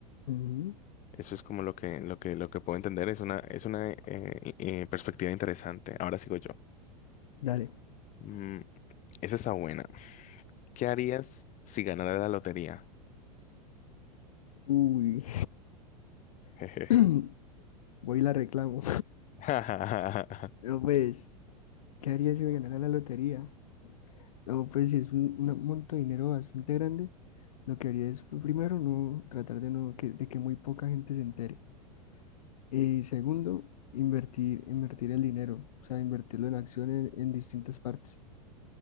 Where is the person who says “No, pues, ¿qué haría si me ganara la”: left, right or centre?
Left